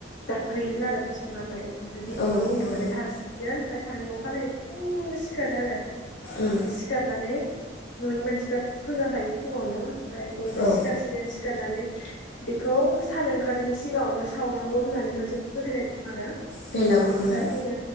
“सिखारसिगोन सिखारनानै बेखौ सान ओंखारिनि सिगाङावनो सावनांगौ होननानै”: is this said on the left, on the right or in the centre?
Left